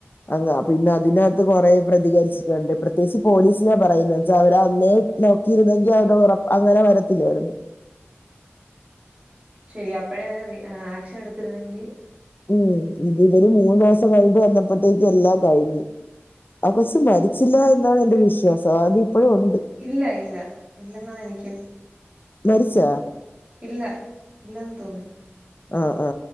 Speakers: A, on the left; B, on the right.
A: അങ്ങ പിന്നതിനകത്ത് കൊറേ പ്രതികരിച്ചിട്ടുണ്ട് പ്രത്യേകിച്ച് പോലീസിനെ പറയുന്നെച്ചാ അവരാ അന്നെ നോക്കിയിരുന്നെങ്കിയത് ഒറപ്പ അങ്ങനെ വരത്തില്ലായിരുന്നു
B: ശെരിയാ അപ്പോഴേ അവര് റി ആക്ഷൻ എടുത്തിരുന്നെങ്കി
A: ഉം ഇത് ഇവര് മൂന്നോസം കയിൻട്ട് വന്നപ്പോത്തേക്ക് എല്ലാം കഴിഞ്ഞ് ആ കൊച്ച് മരിച്ചില്ല എന്നാണ് എന്റെ വിശ്വാസം അത് ഇപ്പോഴുണ്ട്
B: ഇല്ല ഇല്ല ഇല്ലെന്നാണെനിക്കും
A: മരിച്ചാ
B: ഇല്ല ഇല്ലെന്ന് തോന്നുന്നു
A: ആ ആ